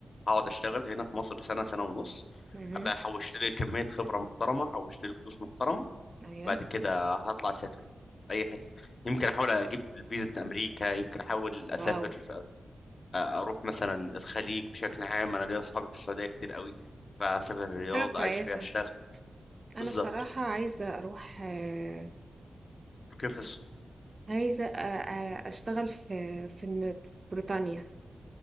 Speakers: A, on the left; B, on the right.
A: هقعد اشتغل هنا في مصر سنه سنه ونص
B: مهم.
A: ابقى حوشت لي كميه خبره محترمه حوشت لي فلوس محترمه
B: ايوه
A: بعد كده هطلع اسافر اي حته يمكن احاول اجيب فيزا امريكا يمكن احاول اسافر
B: واو
A: أ- اروح مثلا الخليج بشكل عام انا ليا اصحابي في السعوديه كتير قوي فاسافر الرياض
B: حاجة كويسة
A: عايش فيها الشيخ
B: انا
A: بالظبط
B: بصراحة عايزة اروح آه،
A: كيف في الس-
B: عايزة أ- أ- أشتغل في في الن- في بريطانيا